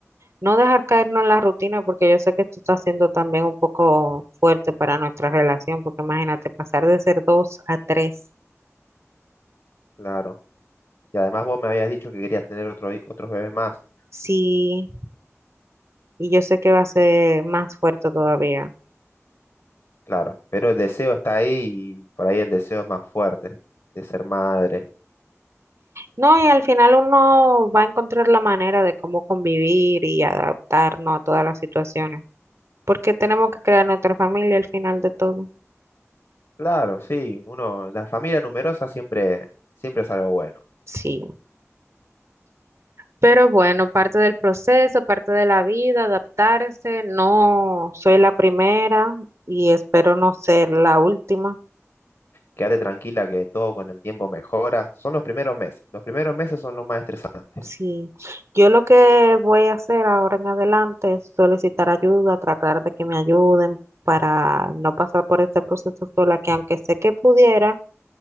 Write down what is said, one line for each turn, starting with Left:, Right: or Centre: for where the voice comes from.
Right: no dejar caernos en la rutina, porque yo sé que esto está siendo también un poco fuerte para nuestra relación, porque imagínate pasar de ser dos a tres,
Left: Claro. Y además vos me habías dicho que querías tener otro, hi- otros bebés más.
Right: sí, y yo sé que va a ser más fuerte todavía.
Left: Claro. Pero el deseo está ahí y por ahí el deseo es más fuerte de ser madre.
Right: No, y al final uno va a encontrar la manera de cómo convivir y adaptarnos a todas las situaciones, porque tenemos que crear nuestra familia al final de todo.
Left: Claro, sí, uno, la familia numerosa siempre, siempre es algo bueno.
Right: Sí. Pero bueno, parte del proceso, parte de la vida, adaptarse. No soy la primera y espero no ser la última.
Left: Quédate tranquila que todo con el tiempo mejora. Son los primeros meses. Los primeros meses son los más estresantes.
Right: Sí, yo lo que voy a hacer ahora en adelante es solicitar ayuda, tratar de que me ayuden para no pasar por este proceso sola, que aunque sé que pudiera,